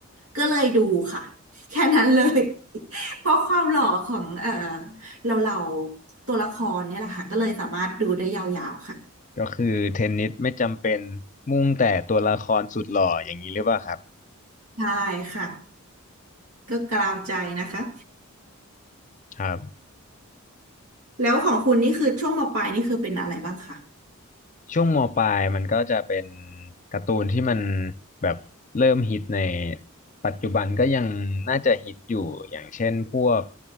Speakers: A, on the right; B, on the left.
A: ก็เลยดูค่ะ <laughs> แค่นั้นเลย <laughs> เพราะความหล่อของเออเราเราตัวละครเนี่ยแหละค่ะก็เลยสามารถดูได้ยาวๆค่ะ
B: ก็คือเทนนิสไม่จำเป็นมุ่งแต่ตัวละครสุดหล่ออย่างนี้หรือเปล่าครับ
A: ใช่ค่ะก็กลาวใจนะคะ
B: ครับ
A: แล้วของคุณนี่คือช่วงมปลายนี่คือเป็นอะไรบ้างคะ
B: ช่วงมปลายมันก็จะเป็นการ์ตูนที่มันแบบเริ่มฮิตในปัจจุบันก็ยังน่าจะฮิตอยู่อย่างเช่นพวก